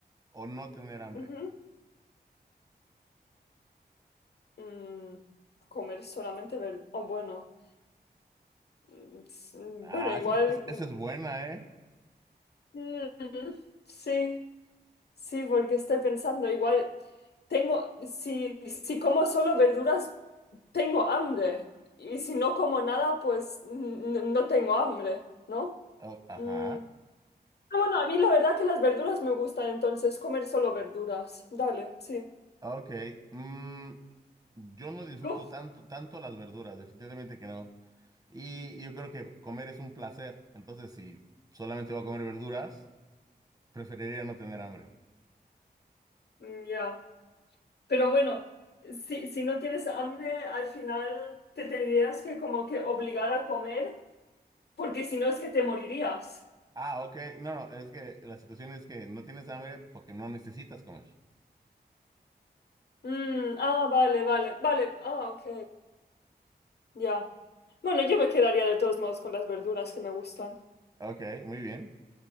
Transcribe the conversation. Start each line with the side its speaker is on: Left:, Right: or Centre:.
Right: o no tener hambre?
Left: Ujú. Mm, comer solamente ver... Oh, bueno. mm, s- mm,
Right: Ah,
Left: Bueno, igual...
Right: esa es, esa- esa
Left: mm,
Right: es buena, ¿eh?
Left: mm, sí, sí, porque estoy pensando, igual tengo, si, si como solo verduras, tengo hambre. Y si no como nada, pues mm, n- no tengo hambre, ¿no?
Right: Oh, ajá.
Left: Mm, ah, bueno, a mí la verdad que las verduras me gustan, entonces comer solo verduras. Dale, sí.
Right: Ok. Mm, yo no disfruto
Left: ¿Tú?
Right: tanto, tanto las verduras, definitivamente que no. Y yo creo que comer es un placer. Entonces, si solamente voy a comer verduras, preferiría no tener hambre.
Left: Mm, ya. Pero bueno, si, si no tienes hambre, al final te tendrías que como que obligar a comer, porque si no es que te morirías.
Right: Ah, ok. No, no, es que la situación es que no tienes hambre porque no necesitas comer.
Left: Mm, ah, vale, vale, vale. Ah, ok, ya. Bueno, yo me quedaría de todos modos con las verduras que me gustan.
Right: Ok, muy bien.